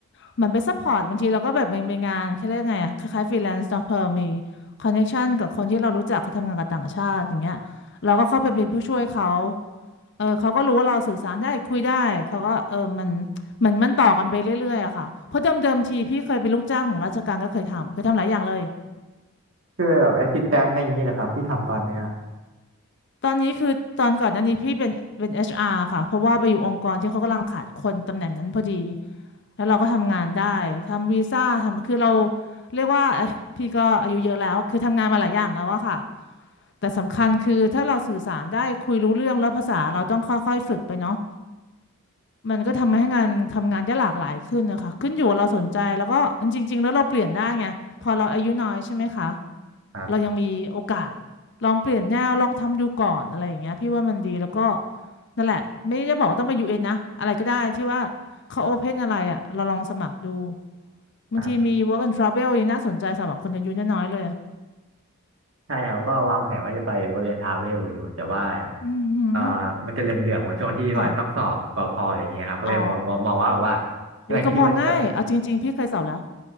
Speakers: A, on the left; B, on the right.
A: เหมือนไปซัพพอร์ตบางทีเราก็แบบมีมีงานแค่เรียกไงอะคล้ายๆฟรีแลนซ์เนาะเพอมีคอนเนคชันกับคนที่เรารู้จักเขาทำงานกับต่างชาติอย่างเงี้ยเราก็เข้าไปเป็นผู้ช่วยเขาเออเขาก็รู้ว่าเราสื่อสารได้คุยได้เขาก็เออมันเหมือนมันต่อกันไปเรื่อยๆอะค่ะเพราะเดิมๆทีพี่เคยเป็นลูกจ้างของราชการก็เคยทำเคยทำหลายอย่างเลย
B: ช่วยแบบแอสซิสแตนต์อะไรอย่างนี้เหรอครับที่ทำตอนเนี้ย
A: ตอนนี้คือตอนก่อนหน้านี้พี่เป็นเป็น HR ค่ะเพราะว่าไปอยู่องค์กรที่เขากำลังขาดคนตำแหน่งนั้นพอดีแล้วเราก็ทำงานได้ทำวีซ่าทำคือเราเรียกว่า <laughs> เอ่อพี่ก็อายุเยอะแล้วคือทำงานมาหลายอย่างแล้วอะค่ะแต่สำคัญคือถ้าเราสื่อสารได้คุยรู้เรื่องแล้วภาษาเราต้องค่อยๆฝึกไปเนาะมันก็ทำให้งานทำงานได้หลากหลายขึ้นนะคะขึ้นอยู่กับเราสนใจแล้วก็จริงๆแล้วเราเปลี่ยนได้ไงพอเราอายุน้อยใช่ไหมคะ
B: ครับ
A: เรายังมีโอกาสลองเปลี่ยนแนวลองทำดูก่อนอะไรอย่างเงี้ยพี่ว่ามันดีแล้วก็นั่นแหละไม่ได้บอกว่าต้องไปยูเอ็นนะอะไรก็ได้ที่ว่าเขาโอเพนอะไรอ่ะเราลองสมัครดูบางทีมี
B: ครับ
A: work and travel ยังน่าสนใจสำหรับคนอายุน้อยๆเลย
B: ใช่ครับก็วางแผนว่าจะไปบริเวณทาเวลอยู่แต่ว่า
A: อืมหืม
B: อ่ามันจะเหลื่อมๆกว่าช่วงที่ว่าต้องสอบกว่าพออะไรเงี้ยครับก็เลยมองมองมองว่าแบบว่า
A: ค่ะอ๋อ
B: กำลังคิดอยู่ว่าจะ
A: อุ้ยก็พอง่ายเอาจริงๆพี่เคยสอบแล้ว